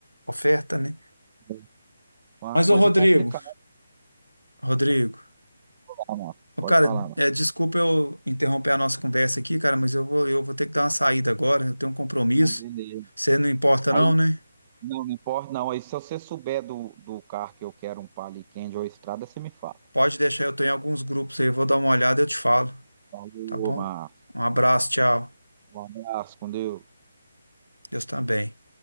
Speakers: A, on the left (about 85°); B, on the right (about 25°).
A: oferta, né?
B: É Uma
A: Mas,
B: coisa
A: ô Rodrigo,
B: complicada,
A: Rodrigo,
B: Márcio.
A: ô,
B: Pode
A: cara,
B: falar, Márcio.
A: é, desculpa eu interromper a nossa conversa aqui, cara, mas eu vou, eu vou ter que dar uma saída agora, eu tenho um compromisso.
B: Não, beleza.
A: Você não importa
B: Aí,
A: não, né?
B: não, não importa, não. Aí, se você souber do, do carro que eu quero, um Palio Candy ou Estrada, você me fala.
A: Pode deixar, eu tô em alguns grupos aí, eu vou dar uma olhada e eu te falo,
B: Falou,
A: tá bom?
B: Márcio.
A: Um abraço, tchau.
B: Um abraço, com Deus.
A: Deus também.